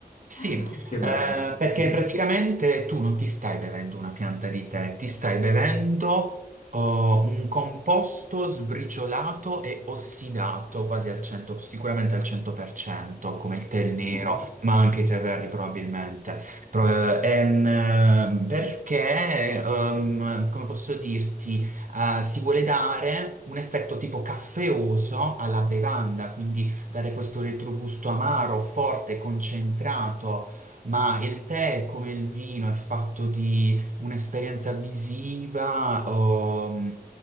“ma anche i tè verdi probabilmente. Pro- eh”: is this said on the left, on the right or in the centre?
Right